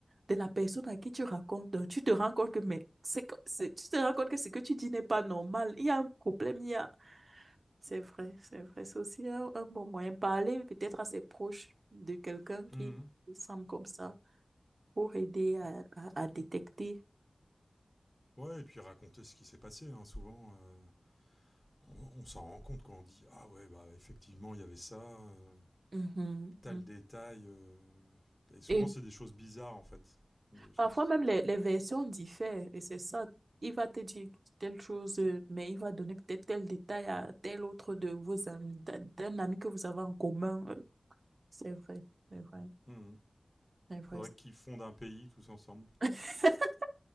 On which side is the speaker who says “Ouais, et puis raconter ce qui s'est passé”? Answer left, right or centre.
Left